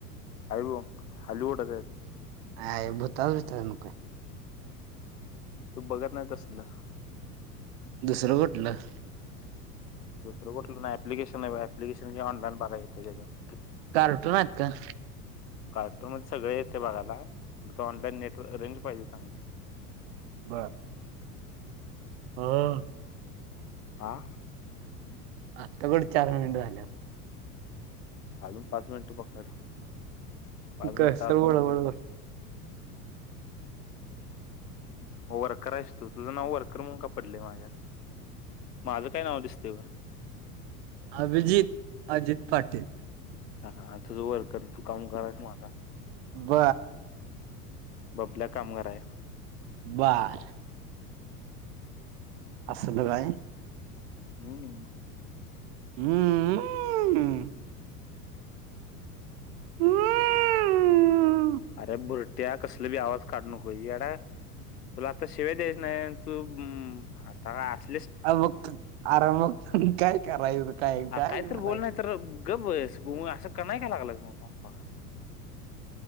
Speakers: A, on the left; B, on the right.
A: अरव हल्वटच
B: हा बताव त्या न काय
A: तू बघत नाही त असलं
B: दुसरं कटलं
A: दुसरं कुलं नाही ऍप्लिकशन आहे पलिकेशन हे ऑलान बघायचं त्याच्यावर
B: कार उठ नात का
A: कार्टोर मध्ये सगळे येत बघायला फ तर ऑनलाईन नेटव रेंज पाहिजे चांगली
B: बर होा
A: हा
B: आता कडचारड झाला
A: हालून पाच मिनटं पकड पाच मिनिटं
B: का स
A: अजून
B: वळ वळ
A: हो वर्कर आहे अस तू तुझं नाव वर्कर मण का पडले माझ्यात माझं काय नाव दिसत व
B: अभिजित अजित पाटील
A: हा आ तझू वर्क कर तू काम करायच माझा
B: ब
A: बबल्या कामगार आहे
B: बर असश ब बाय
A: हम्
B: हम्म हम
A: अरं भुरट्या कसलं बी आवाज काढ नको यडा तुला आता शिव्या द्यायच नाही तू अं आता अस
B: <unintelligible> अर मग ते काय करायचं? काय
A: हां
B: काय
A: काही
B: करायचं
A: तर बोल नाही तर गप बस गुमा असं का नाहीय का लागलं <unintelligible> पा.